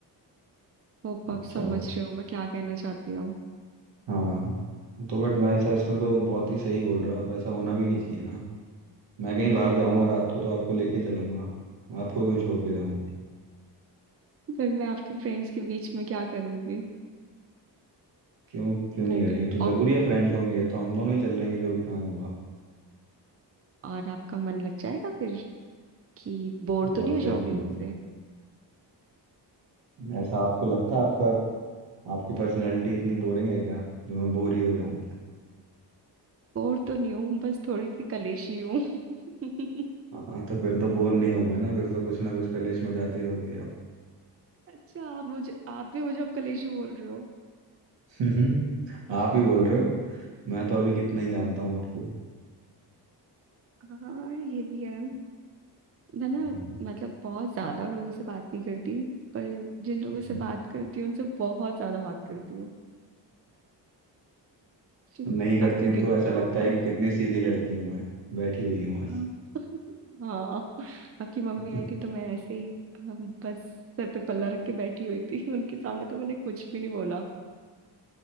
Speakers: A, on the right; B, on the right.
A: होप
B: अच्छा
A: आप समझ रहे हो मैं क्या कहना चाहती हूँ
B: हाँ तो बट मैं ऐसा इसमें तो बहुत ही सही बोल रहे हो आप ऐसा होना भी नहीं चाहिए ना मैं कहीं
A: हम्म।
B: बाहर जाऊंगा रात को तो आपको लेके चलूंगा आपको क्यों छोड़ के जाऊंगा
A: <laughs> फिर मैं आपके फ्रेंड्स के बीच में क्या करूंगी
B: क्यों क्यों नहीं
A: वो
B: करेंगे
A: भी
B: तो
A: और,
B: जरूरी है फ्रेंड्स होंगे ये तो हम दोनों ही चल रहेंगे जो भी काम होगा
A: और आपका मन लग जाएगा फिर कि बोर
B: और
A: तो नहीं हो
B: क्या
A: जाओगे
B: क्यों
A: मुझसे
B: नहीं। ऐसा आपको लगता है आपका आपकी पर्सनैलिटी इतनी बोरिंग है क्या जो मैं बोर ही हो जाऊं
A: बोर तो नहीं हूँ बस थोड़ी सी कलेशी हूँ <laughs>
B: हाँ तो फिर तो बोर नहीं होऊंगा ना फिर तो कुछ ना कुछ कलेश मचाती रहोगी आप
A: अच्छा आप मुझे आप भी मुझे अब कलेशी बोल रहे हो
B: <laughs> आप ही बोल रहे हो मैं तो अभी कितना ही जानता हूँ आपको
A: हाँ ये भी है मैं ना
B: हम्म,
A: मतलब बहुत ज्यादा लोगों से बात नहीं करती पर जिन लोगों
B: हम्म।
A: से बात करती हूँ उनसे बहुत ज्यादा बात करती हूँ <laughs>
B: नहीं करती
A: आपको
B: हूँ
A: दिख
B: तो ऐसा
A: ही
B: लगता
A: रहा होगा
B: है कि कितनी सीधी लड़की हूँ मैं बैठी हुई हूँ बस
A: हाँ <laughs> हाँ, आपकी मम्मी
B: <laughs>
A: आई थी तो मैं ऐसे ही अम, बस सर पे पल्ला रख के बैठी हुई थी <laughs> उनके सामने तो मैंने कुछ भी नहीं बोला